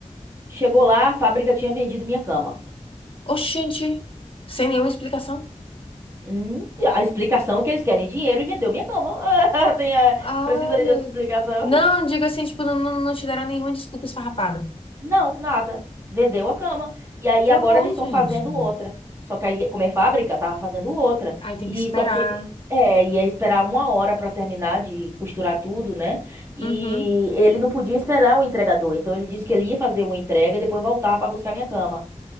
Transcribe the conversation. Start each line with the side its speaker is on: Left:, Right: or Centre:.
Right: Chegou lá, a fábrica tinha vendido minha cama.
Left: Oxente, sem nenhuma explicação.
Right: Hum, a explicação é que eles querem dinheiro e vendeu minha cama. <laughs> Tem, eh,
Left: Ah,
Right: precisa de
Left: meu
Right: outra explicação?
Left: Deus. Não, digo assim, tipo, não, não não te deram nenhuma desculpa esfarrapada.
Right: Não, nada. Vendeu a cama. E aí
Left: Que
Right: agora
Left: horror,
Right: eles estão
Left: gente.
Right: fazendo outra. Só que aí, como é fábrica, tava fazendo outra.
Left: Aí tem
Right: E
Left: que esperar.
Right: só que. É, ia esperar uma hora pra terminar de costurar tudo, né? E
Left: Uhum.
Right: ele não podia esperar o entregador. Então ele disse que ele ia fazer uma entrega e depois voltava pra buscar minha cama.